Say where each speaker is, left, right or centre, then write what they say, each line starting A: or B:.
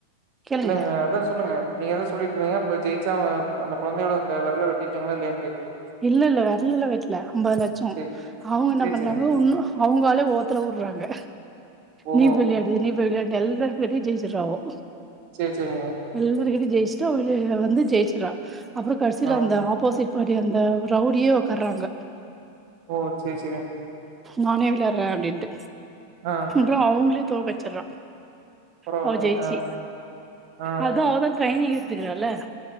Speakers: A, on the right (about 15°); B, on the right (about 45°).
A: கேளுங்க
B: இல்லங்க அதா சொல்லுங்க நீங்க எதோ சொல்லிட்டு இருந்தீங்க இப்ப ஜெயிச்சா அவ அந்த கொழந்தையோட த விரல வெட்டிட்டாங்களா இல்லயான்னு கேக்குது
A: இல்ல இல்ல வெரல லா வெட்டல இல்ல அம்பது லட்சோ
B: சேரி
A: அவுங்க என்ன
B: சேரி
A: பண்றாங்க
B: சேரிங்க.
A: வுன்னு அவுங்காலு ஓத்தரா வுடுறாங்க
B: ஓஹோ!
A: நீ பிள்ளியா வெளையாடு நீ போய் வெளையாடுனு எல்லாரு பேர்டயு ஜெய்சிரா அவ
B: சேரி செரிங்க
A: எல்லார்கிட்டயு ஜெயிச்சுட்டு அவரு அவ வந்து ஜெயிச்சிறா அப்பறோ கடைசில
B: ஆ
A: அந்த ஆப்போசிட் பார்ட்டி அந்த ரவுடியே உக்கார்றாங்க
B: ஓ சேரி சேரி
A: நானே விளாடுறே அப்டின்ட்டு
B: ஆ
A: அப்பறோ அவுங்களே தோற்க்கடிச்சுடுறா
B: பரவாயில்லங்க.
A: அவ ஜெயிச்சு
B: ஆ, ஆ.
A: அத அவதா ட்ரைனிங் எடுத்துக்கிறால